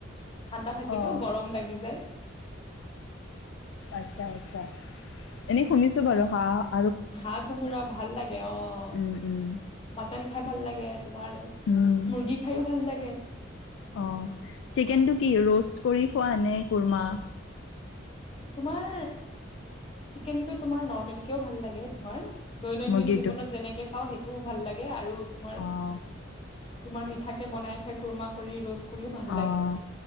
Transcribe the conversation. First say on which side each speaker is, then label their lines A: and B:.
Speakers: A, on the left (about 30°); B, on the left (about 70°).
A: ঠাণ্ডা থাকেতো,
B: অ',
A: গৰম লাগি যায়।
B: আচ্ছা এনেই শুনিছোঁ বাৰু হাঁহ
A: হাঁহ, কোমোৰা ভাল লাগে অ',
B: উম, উম,
A: মাটন খাই ভাল লাগে তোমাৰ
B: উম,
A: মুৰ্গী খায়ো ভাল লাগে।
B: অ', চিকেনটো কি, ৰষ্ট কৰি খোৱানে কুৰমা?
A: তোমাৰ চিকেনটো তোমাৰ নৰ্মেল কেয়ো ভাল লাগে তোমাৰ দৈনন্দিন
B: মুৰ্গীটো?
A: জীৱনত যেনেকে খাওঁ, সেইটোও ভাল লাগে আৰু তোমাৰ
B: অ',
A: তোমাৰ মিঠাকে বনাই খায়, কুৰমা কৰি ৰষ্ট কৰিও ভাল
B: অ',
A: লাগে।